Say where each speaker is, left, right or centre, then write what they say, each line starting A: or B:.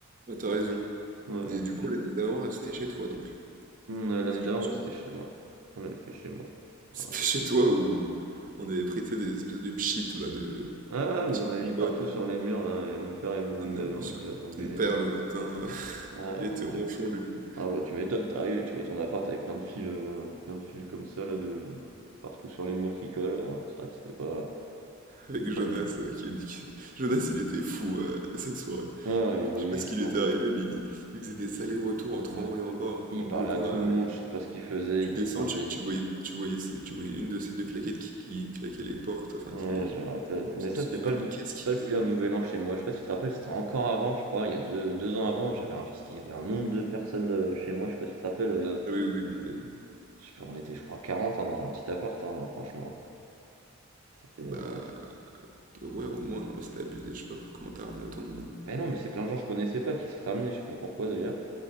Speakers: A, on the right; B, on the right.
A: Ah, t'as raison.
B: Ouais,
A: Et
B: en
A: du
B: plus,
A: coup,
B: je-
A: l'année d'avant, là, c'était chez toi donc.
B: on, euh, l'année
A: Parce que
B: d'avant,
A: je me souviens.
B: ouais, c'était chez moi. On l'avait fait chez moi,
A: <laughs>
B: je
A: C'était
B: me rappelle.
A: chez toi où on avait pris, tu sais, des espèces de pchites, là, de...
B: Ah,
A: des petites
B: vous en avez
A: bonbonnes.
B: mis partout
A: là.
B: sur les murs, là, et mon père, il, vous-
A: On
B: il m'avait
A: avait mis sur
B: il m'avait engueulé.
A: Ton père le matin, <laughs>
B: Ah,
A: il était
B: il
A: ronchon
B: doit
A: du coup,
B: Ah bah tu m'étonnes, t'arrives, tu vois ton appart avec plein de fils, euh, plein de fils comme ça là de partout sur les murs qui collent. euh, c'est vrai que c'était pas
A: avec Jonas
B: pas très.
A: euh, qui qui Jonas, il était fou euh, à cette soirée.
B: Ah et oui,
A: Je sais pas ce
B: toujours.
A: qui lui était arrivé, mais il faisait, il faisait des allers-retours entre
B: Ouais.
A: en haut et en bas en,
B: Il
A: en bloquant.
B: parlait à tout
A: euh,
B: le monde, je sais pas ce qu'il faisait,
A: tu
B: il
A: descends,
B: descendait.
A: tu, tu voyais, tu voyais ces- tu voyais une de ces deux claquettes qui, qui claquait les portes, enfin
B: Ouais,
A: qui les
B: je me rappelle. Mais
A: qui
B: ça
A: se
B: c'était
A: fermait.
B: pas le
A: Qu'est-ce qu'il
B: pas le
A: faisait?
B: pire nouvel an chez moi. Je sais pas si tu te rappelles, c'était encore avant, je crois, il y a deux, deux ans avant, j'avais un, il y avait un nombre de personnes euh, chez moi. Je sais pas si tu te rappelles. euh,
A: Ah Oui, oui, oui, non mais
B: je sais pas, on était je crois 40 hein, dans un petit appart, hein, franchement. C'était.
A: bah
B: euh,
A: ouais, au moins non mais c'était abusé. Je sais pas comment t'as ramené autant de monde.
B: Mais non, mais c'est plein de gens que je connaissais pas qui se ramenaient, je sais pas pourquoi d'ailleurs.